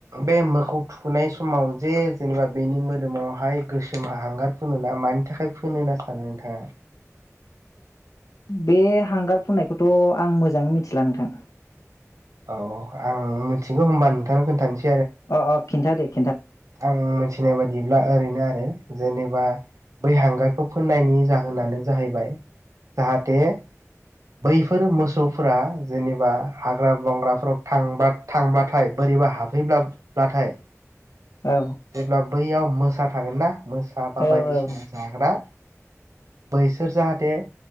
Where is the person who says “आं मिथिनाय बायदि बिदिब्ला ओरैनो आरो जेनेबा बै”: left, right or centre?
Right